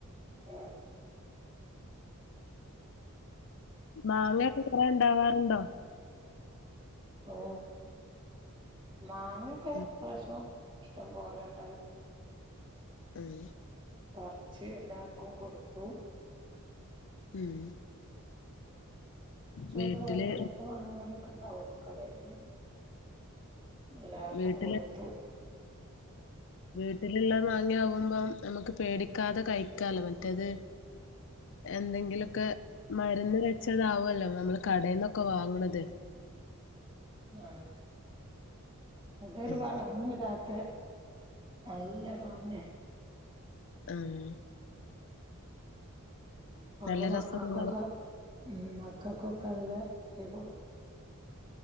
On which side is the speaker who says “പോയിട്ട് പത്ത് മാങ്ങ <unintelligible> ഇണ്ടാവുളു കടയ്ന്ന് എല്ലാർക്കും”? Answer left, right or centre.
Right